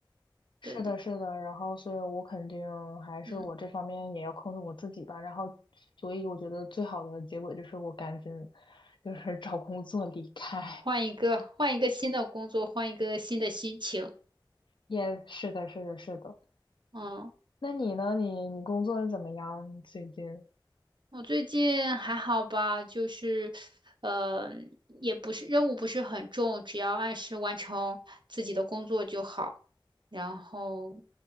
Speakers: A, on the left (about 65°); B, on the right (about 60°).
A: 是的，
B: 对的，
A: 是的，然后所以我肯定还是我这方面也要控制我自己吧，
B: 嗯，
A: 然后所以我觉得最好的结果就是我赶紧就是找工作离开。
B: 换一个，换一个新的工作，换一个新的心情。
A: 也是的，是的，是的。
B: 嗯，
A: 那你呢？你你工作怎么样最近？
B: 我最近还好吧，就是，呃，也不是任务不是很重，只要按时完成自己的工作就好。然后，